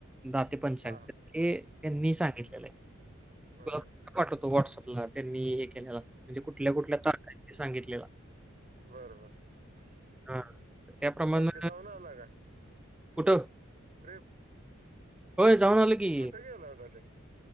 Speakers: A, in the centre; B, on the right (about 40°).
A: दाते पंचांग
B: हा हा
A: ते त्यांनी सांगितलेलंय.
B: बर
A: तुला पाठवतो व्हॉट्सअपला त्यांनी हे केलेला म्हणजे कुठल्या कुठल्या तारखा आहेत ते सांगितलेला.
B: बरं, बरं
A: हां. तर त्याप्रमाणे
B: बाकी जाऊन आला का.?
A: कुठं?
B: ट्रिप.
A: होय जाऊन आलो की.
B: कुठे गेला होता ते